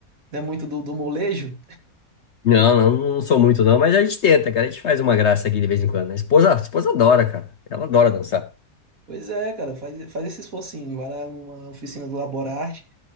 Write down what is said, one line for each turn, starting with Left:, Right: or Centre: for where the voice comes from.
Right: não é muito do, do molejo?
Left: Não, não, não sou muito não, mas a gente tenta, cara. A gente faz uma graça aqui de vez em quando. né? A esposa, a esposa adora, cara. Ela adora dançar.
Right: Pois é, cara, faz, faz esse esforcinho, vai lá numa oficina do Laborarte.